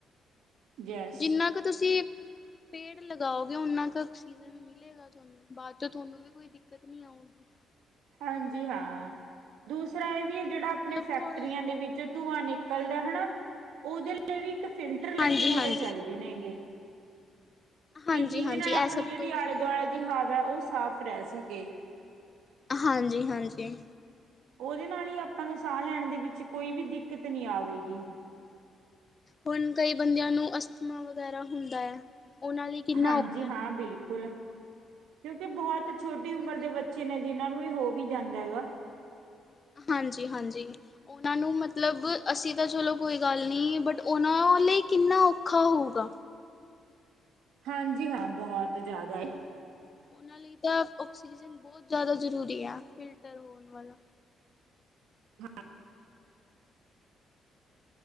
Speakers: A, on the right; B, on the left.
A: ਯੈਸ
B: ਜਿੰਨਾ ਕ ਤੁਸੀਂ, ਪੇੜ ਲਗਾਓਗੇ ਓਨਾਂ ਕ ਓਕਸੀਜ਼ਨ ਮਿਲੇਗਾ ਤੁਆਨੂੰ। ਬਾਦ ਚ ਤੁਹਾਨੂੰ ਵੀ ਕੋਈ ਦਿੱਕਤ ਨੀਂ ਆਊਗੀ।
A: ਹਾਂਜੀ ਹਾਂ, ਦੂਸਰਾ ਏ ਵੀ ਏ ਜੇੜਾ ਆਪਣੇ
B: ਮਤਲਬ
A: ਫੈਕਟਰੀਆਂ
B: ਥੋੜਾ
A: ਦੇ ਵਿੱਚ ਧੂੰਆਂ ਨਿ ਨਿਕਲਦਾ ਹਨਾਂ। ਓਦੇ ਲਈ ਵੀ ਇੱਕ ਫਿਲਟਰ ਲੱਗੇ
B: ਹਾਂਜੀ-ਹਾਂਜੀ,
A: ਹੋਣੇ ਚਾਈਦੇ ਨੇ ਹੈਂਗੇ।
B: ਹਾਂਜੀ-ਹਾਂਜੀ
A: ਕਿ ਜਿਦੇ ਨਾਲ
B: ਇਹ
A: ਅਪਣੀ
B: ਸਭ
A: ਜੇੜੀ
B: ਤੋਂ ਵਧੀਆ
A: ਆਲੇ-ਦੁਆਲੇ
B: ਜ਼ਰੂਰੀ
A: ਦੀ
B: ਹੈ।
A: ਹਵਾ ਓ ਸਾਫ਼ ਰੈ ਸਕੇ।
B: ਹਾਂਜੀ, ਹਾਂਜੀ।
A: ਓਦੇ ਨਾਲ ਈ ਆਪਾਂ ਨੂੰ ਸਾ ਲੈਣ ਦੇ ਵਿੱਚ ਕੋਈ ਵੀ ਦਿੱਕਤ ਨੀਂ ਆਵੇਗੀ।
B: ਹੁਣ ਕਈ ਬੰਦਿਆਂ ਨੂੰ ਅਸਥਮਾ ਵਗੈਰਾ ਹੁੰਦਾ ਐ, ਓਨਾਂ ਲਈ ਕਿੰਨਾ
A: ਹਾਂਜੀ
B: ਔਖਾ
A: ਹਾਂ,
B: ਹੈ
A: ਬਿਲਕੁਲ। ਕਿਉਂਕਿ ਬੋਹਤ ਛੋਟੀ ਉਮਰ
B: ਹੁਣ
A: ਦੇ ਬਚ ਬੱਚੇ ਨੇ ਜਿਨਾਂ ਨੂੰ ਏ ਹੋ ਵੀ ਜਾਂਦੈ ਹੈਗਾ।
B: ਹਾਂਜੀ, ਹਾਂਜੀ। ਓਨਾਂ ਨੂੰ ਮਤਲਬ, ਅਸੀਂ ਤਾਂ ਚਲੋ ਕੋਈ ਗੱਲ ਨੀ ਬਟ ਓਨਾਂ ਲਈ ਕਿੰਨਾ ਔਖਾ ਹੋਊਗਾ।
A: ਹਾਂਜੀ ਹਾਂ, ਬੋਹਤ ਜਾਦਾ ਏ।
B: ਓਨਾਂ ਲਈ ਤਾਂ ਓਕਸੀਜ਼ਨ ਬੋਤ ਜਾਦਾ ਜ਼ਰੂਰੀ ਆ ਫਿਲਟਰ ਹੋਣ ਵਾਲਾ।
A: ਹਾਂ